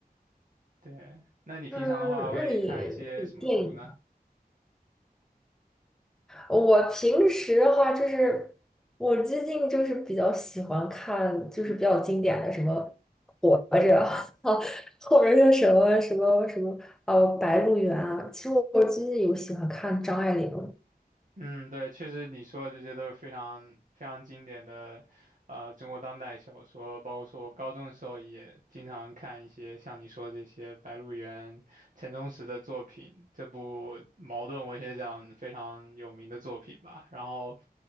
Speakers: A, on the right; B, in the centre.
A: 对，那你平常的话会看一些什么书呢？
B: 嗯那你那你电影我平时的话，就是我最近就是比较喜欢看，就是比较经典的什么《活着》<laughs> 啊，或者是什么什么什么呃《白鹿原》啊。其实我我最近有喜欢看张爱玲，
A: 嗯，对，确实你说的这些都是非常非常经典的，呃，中国当代小说，包括说我高中的时候也经常看一些像你说这些白鹿原、陈忠实的作品，这部茅盾文学奖非常有名的作品吧。然后，